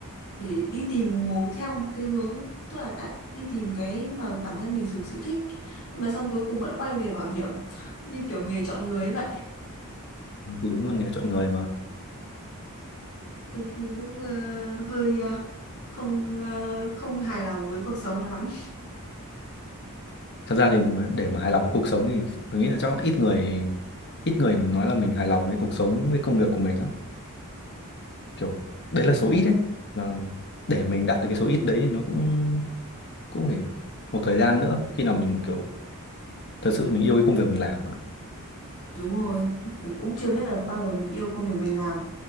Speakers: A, on the left; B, on the left.
A: để đi tìm một theo một cái hướng tức là đã đi tìm cái mà bản thân mình thực sự thích mà xong cuối cùng vẫn quay về bảo hiểm <laughs> như kiểu nghề chọn người ấy vậy
B: Ừ, thì đúng là nghề chọn người mà
A: tôi thì cũng ờ, hơi ờ, không ờ, không hài lòng với cuộc sống lắm
B: thật ra thì mà- để mà hài lòng với cuộc sống thì tôi nghĩ là chắc ít người ít người nói là mình hài lòng với cuộc sống với công việc của mình lắm kiểu đấy là số ít đấy và để mình đạt được cái số ít đấy thì nó cũng cũng phải một thời gian nữa khi nào mình kiểu thật sự mình yêu cái công việc mình làm nữa.
A: đúng rồi cũng chưa biết được bao giờ mình yêu công việc mình làm